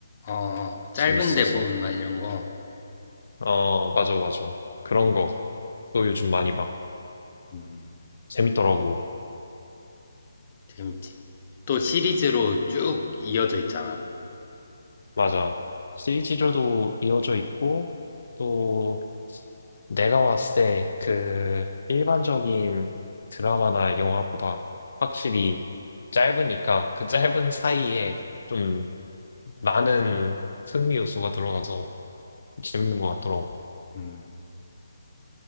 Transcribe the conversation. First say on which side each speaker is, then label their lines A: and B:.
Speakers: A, on the left (about 35°); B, on the left (about 70°).
A: 어, 짧은데
B: 재밌어서.
A: 보면 막 이런 거.
B: 어, 맞아, 맞아. 그런 거 또 요즘 많이 봐.
A: 음,
B: 재밌더라고.
A: 재밌지. 또 시리즈로 쭉 이어져 있잖아.
B: 맞아. 시리즈로도 이어져 있고, 또 내가 봤을 때 그 일반적인 드라마나 영화보다 확실히 짧으니까 그 짧은 사이에 좀 많은 흥미 요소가 들어가서 재밌는 것 같더라고.
A: 음,